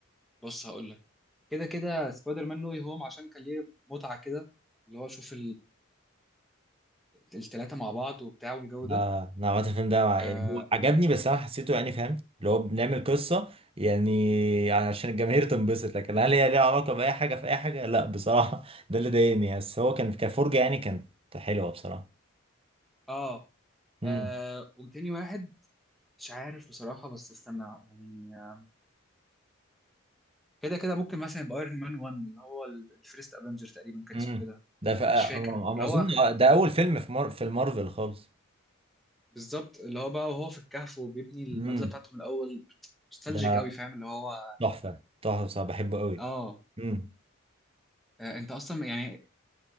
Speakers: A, in the centre; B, on the right (about 25°).
A: بص هقول لك كده كده سبايدر مان نو واي هوم عشان كان ليه متعة كده اللي هو اشوف الثلاثة مع بعض وبتاع والجو ده
B: اه انا عملت الفيلم ده مع
A: آه،
B: يعني هو عجبني بس انا حسيته يعني فاهم اللي هو بنعمل قصه يعني عشان الجماهير تنبسط لكن هل هي ليها علاقه باي حاجه في اي حاجه لا بصراحه <laughs> ده اللي ضايقني يعني. بس هو كان كفرجه يعني كانت حلوه بصراحه
A: اه
B: امم
A: آه، وتاني واحد مش عارف بصراحة بس استنى يعني آه، كده كده ممكن مثلا يبقى ايرون مان 1 اللي هو ال- الفيرست افنجر تقريبا كان
B: امم
A: اسمه كده
B: ده ف... أنا
A: مش فاكر اللي
B: اظن
A: هو
B: آه، ده اول فيلم في مار... في المارفل خالص
A: بالظبط اللي هو بقى وهو في الكهف وبيبني البدلة
B: امم
A: بتاعته من الأول نوستالجيك
B: ده
A: قوي فاهم اللي هو
B: تحفه تحفه بصراحه بحبه قوي
A: اه
B: امم
A: آه، انت اصلا يعني